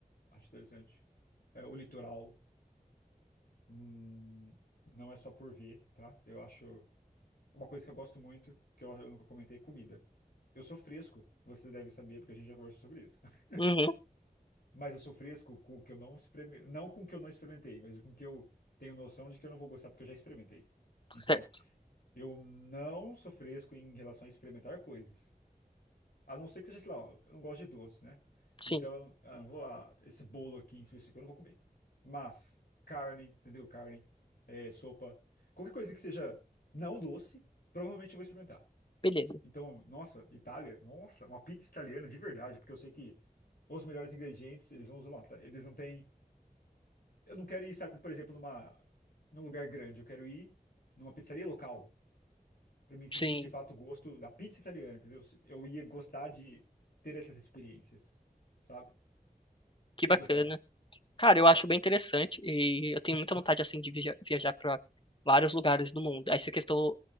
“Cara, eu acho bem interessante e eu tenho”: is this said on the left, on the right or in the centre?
Left